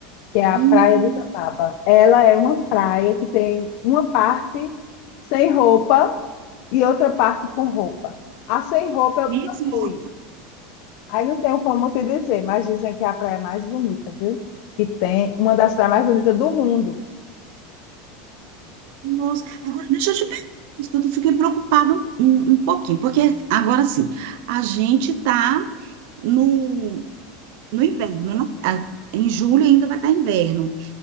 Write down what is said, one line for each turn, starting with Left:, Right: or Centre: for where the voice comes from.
Left: que é a
Right: Hum,
Left: Praia de Tataba. Ela é uma praia que tem uma parte sem roupa e outra parte com roupa. A sem roupa eu
Right: mesmo?
Left: nunca fui. Aí não tenho como te dizer, mas dizem que é a praia mais bonita, viu? Que tem uma das praias mais bonitas do mundo.
Right: Nossa, agora deixa eu te perguntar, uma coisa, que eu fiquei preocupada um, um- um pouquinho, porque agora sim, a gente está no, no inverno, né? Ah, Em julho ainda vai estar inverno.